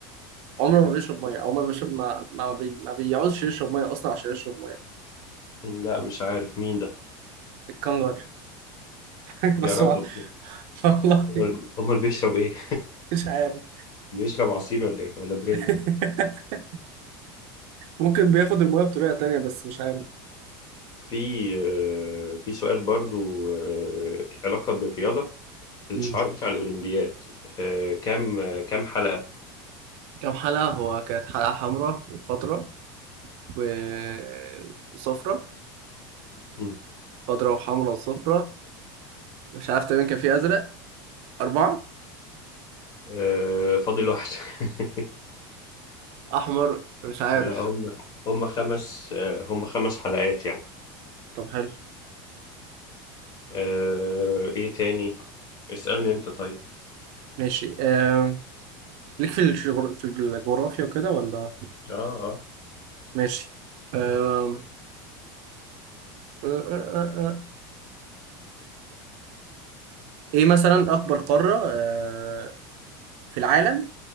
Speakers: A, on the right (about 60°); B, on the left (about 35°).
A: عمره ما بيشرب ميه عمره ما بيشرب ما ما, بي... ما بيعوزش يشرب ميه اصلا عشان يشرب ميه
B: لا مش عارف مين ده
A: الكنجر <laughs>
B: يا
A: بس
B: راجل
A: ما... والله
B: امال أمال بيشرب ايه
A: مش عارف
B: <laughs> بيشرب عصير ولا ايه ولا بريل
A: <laughs> ممكن بياخد الميه بطريقه تانية بس مش عارف
B: في آه، في سؤال برضو آه، له علاقة بالرياضة الشعار
A: مم.
B: بتاع الأولمبياد آه، كام آه، كام حلقة
A: كام حلقة هو كانت حلقة حمراء وخضراء و- وصفراء
B: مم.
A: خضراء وحمراء وصفراء مش عارف تقريبا كان في أزرق أربعة
B: آه، فاضل واحد <laughs>
A: أحمر مش عارف
B: لا هم هم خمس آه، هم خمس حلقات يعني
A: طب حلو
B: آه، ايه تاني اسألني انت طيب
A: ماشي أم... ليك في الجغر... في الجغرافيا وكده ولا
B: اه اه
A: ماشي أم... آه، آه، آه، ايه مثلا اكبر قارة آه، في العالم